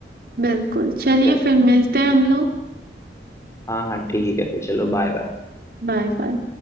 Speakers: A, on the right (about 55°); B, on the left (about 15°).
A: बिल्कुल चलिए
B: चलो
A: फिर मिलते हैं हम लोग
B: हाँ हाँ ठीक है फिर चलो बाय बाय
A: Bye bye